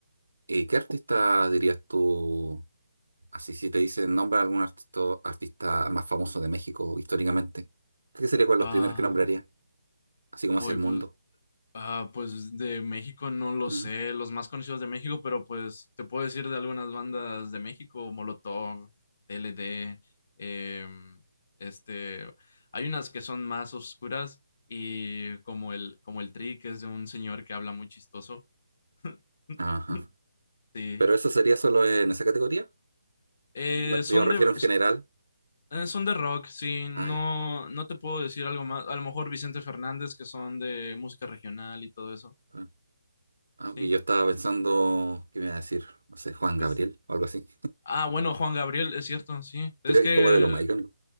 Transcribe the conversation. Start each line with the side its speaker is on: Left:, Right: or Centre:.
Right: ¿Y qué artista dirías tú? Así si te dicen nombra algún artista, artista más famoso de México históricamente. ¿Qué sería con los
Left: Ah,
Right: primeros que nombraría? Así como
Left: hoy
Right: hacia el
Left: pues
Right: mundo.
Left: Ah, pues de México no lo
Right: Ujú.
Left: sé, los más conocidos de México, pero pues te puedo decir de algunas bandas de México, Molotov, TLD, em, este, hay unas que son más oscuras y como el, como el Tri, que es de un señor que habla muy chistoso. <laughs>
Right: Ajá.
Left: Sí,
Right: Pero eso sería solo en esa categoría.
Left: Eh,
Right: Ve-
Left: son
Right: Yo refiero
Left: de,
Right: en general.
Left: eh, son de rock, sí, no,
Right: Ah, ya.
Left: no te puedo decir algo más, a lo mejor Vicente Fernández, que son de música regional y todo eso,
Right: claro. Ah,
Left: sí,
Right: y yo estaba pensando, ¿qué me iba a decir? No sé, Juan
Left: pues
Right: Gabriel o algo así.
Left: Ah, bueno, Juan Gabriel, es cierto, sí.
Right: <laughs>
Left: Es
Right: Creo
Left: que
Right: que es como de los más icónicos.